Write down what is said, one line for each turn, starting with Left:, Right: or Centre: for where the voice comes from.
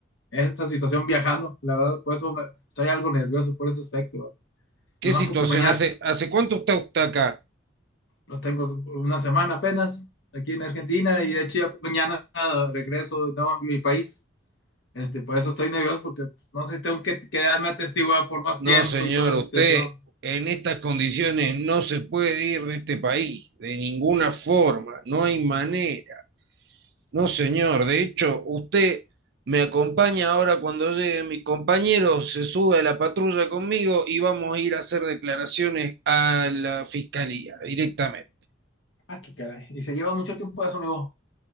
Left: esta situación viajando, la verdad, por eso me- estoy algo nervioso por ese aspecto, y
Right: ¿Qué
Left: más
Right: situación?
Left: porque mañana,
Right: ¿Hace, hace cuánto está usted acá?
Left: los tengo una semana apenas, aquí en Argentina, y de hecho ya mañana regreso de nuevo a mi país, este, por eso estoy nervioso, porque pues, no sé si tengo que quedarme atestiguado por más
Right: No,
Left: tiempo
Right: señor,
Left: y toda esa
Right: usted
Left: situación.
Right: en estas condiciones no se puede ir de este país, de ninguna forma, no hay manera. No, señor, de hecho, usted me acompaña ahora cuando llegue mi compañero, se sube a la patrulla conmigo y vamos a ir a hacer declaraciones a la fiscalía directamente.
Left: Ah, qué caray. Y se lleva mucho tiempo eso, amigo.